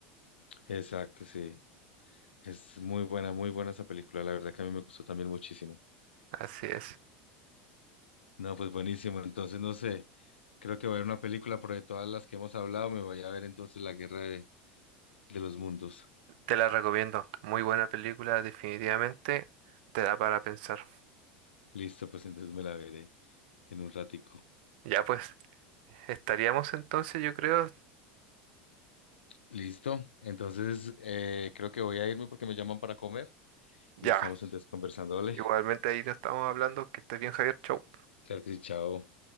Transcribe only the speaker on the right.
Así es.
Te la recomiendo. Muy buena película, definitivamente. Te da para pensar.
Ya pues, estaríamos entonces, yo creo.
Ya.
Igualmente ahí nos estamos hablando. Que estés bien, Javier. Chau.